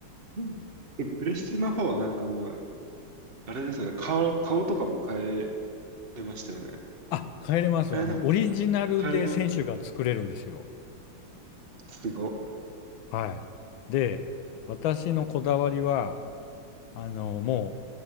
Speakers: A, on the right; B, on the left.
A: うんでプレステの方はなんかもう、あれですよね。顔、顔とかも変えれましたよね。
B: あ、帰れます。
A: 変えれなかったかな。
B: あの、オリジナルで選手が作れるんですよ。
A: 変えれます。すご。
B: はい。で、私のこだわりは、あの、も